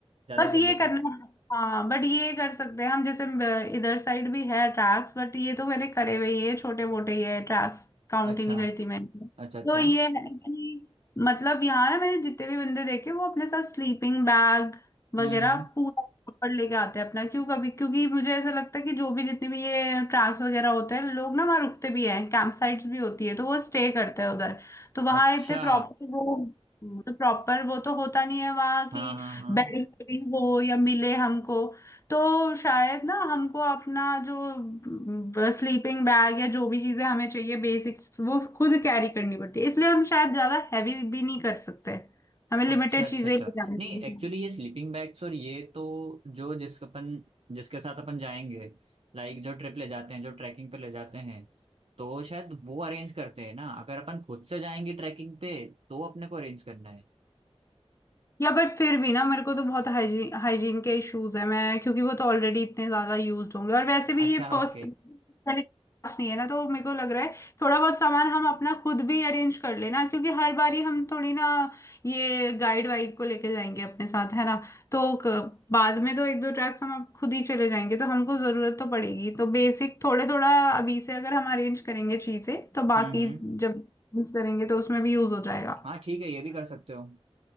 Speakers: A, on the right (about 60°); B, on the left (about 25°).
A: ज्यादा
B: बस
A: देर
B: ये
A: रुकना
B: करना है। हाँ बट ये कर सकते हैं हम जैसे ब- इधर साइड भी है ट्रैक्स बट ये तो मेरे करे हुए ये छोटे मोटे ही है ट्रैक्स काउंट
A: अच्छा
B: ही नहीं करी थी मैंने
A: अच्छा अच्छा
B: तो ये है कि मतलब यहाँ ना मैंने जितने भी बंदे देखे वो अपने साथ स्लीपिंग बैग वगैरह
A: हम्म हम्म
B: पूरा प्रॉपर लेके आते हैं अपना क्यों कभी क्योंकि मुझे ऐसा लगता है कि जो भी जितनी भी ये ट्रैक्स वगैरह होते हैं लोग ना वहाँ रुकते भी हैं कैंप साइट्स भी होती है तो वो स्टे करते हैं उधर तो वहाँ
A: अच्छा
B: इतने प्रॉपर वो वो तो प्रॉपर वो तो होता नहीं है वहाँ की
A: हाँ हाँ हाँ
B: बेडिंग वेडिंग हो या मिले हमको तो शायद ना हमको अपना जो स्लीपिंग बैग या जो भी चीजें हमें चाहिए बेसिक वो खुद कैरी करनी पड़ती है इसलिए हम शायद ज्यादा हैवी भी नहीं कर सकते हमें लिमिटेड
A: अच्छा अच्छा
B: चीजें
A: अच्छा
B: ले जानी
A: नहीं
B: होंगी
A: एक्चुअली ये स्लीपिंग बैग्स और ये तो जो जिस अपन जिसके साथ अपन जाएंगे लाइक जो ट्रिप ले जाते हैं जो ट्रैकिंग पे ले जाते हैं तो शायद वो अरेंज करते हैं ना अगर अपन खुद से जाएंगे ट्रैकिंग पे तो अपने को अरेंज करना है
B: या बट फिर भी ना मेरे को तो बहुत हाइजीन हाइजीन के इश्यूज है मैं क्योंकि वो तो ऑलरेडी इतने ज्यादा यूज्ड होंगे और वैसे भी
A: अच्छा
B: ये पर्स
A: ओके
B: पहले class नहीं है ना तो मेरे को लग रहा है थोड़ा बहुत सामान हम अपना खुद भी अरेंज कर लेना क्योंकि हर बारी हम थोड़ी ना ये गाइड वाइड को लेके जाएंगे अपने साथ है ना तो क- बाद में तो एक दो ट्रैक्स हम अब खुद ही चले जाएंगे तो हमको जरूरत तो पड़ेगी तो बेसिक थोड़े थोड़ा अभी से अगर हम अरेंज करेंगे चीजें तो बाकी
A: हम्म हम्म
B: जब यूज करेंगे तो उसमें भी यूज हो जाएगा
A: हाँ ठीक है ये भी कर सकते हो